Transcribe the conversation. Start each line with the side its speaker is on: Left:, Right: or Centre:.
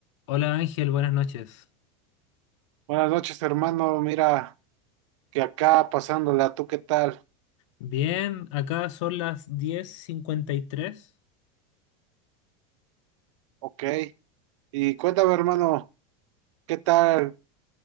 Left: Hola Ángel, buenas noches.
Right: Buenas noches, hermano. Mira, que acá pasándola, ¿tú qué tal?
Left: Bien, acá son las 10:53
Right: Ok. Y cuéntame, hermano, ¿qué tal?